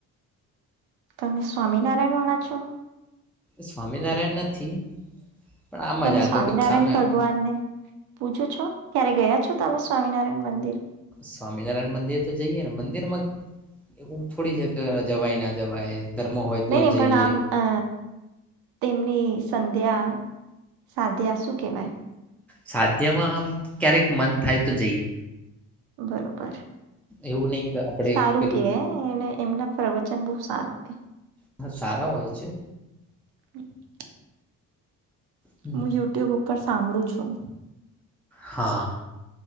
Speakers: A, on the right; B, in the centre.
A: તમે સ્વામિનારાયણ વાળા છો?
B: સ્વામિનારાયણ નથી પણ આમાં
A: તમે
B: જ આ
A: સ્વામિનારાયણ
B: તો કોઈ સામે
A: ભગવાનને પૂજો છો? ક્યારે ગયા છો તમે સ્વામિનારાયણ મંદિર?
B: સ્વામિનારાયણ મંદિર તો જઈએ ને મંદિર માં એવું થોડી છે કે જવાય ના જવાય ધર્મ હોય
A: નહીં
B: તો
A: નહીં
B: જ
A: પણ
B: જઈએ
A: આમ અ તેમની સંધ્યા, સાધ્યા શું કેવાય?
B: સાધ્યમાં આમ ક્યારેક મન થાય તો જઈએ.
A: બરોબર
B: એવું નહી કે આપડે
A: સારું
B: પેલું
A: કે એને એમના પર્વ ચન બહુ સારા હોય.
B: હા સારા હોય છે.
A: <inaudible>
B: હમ,
A: હું યુટ્યુબ ઉ પર સાંભળું છું.
B: હા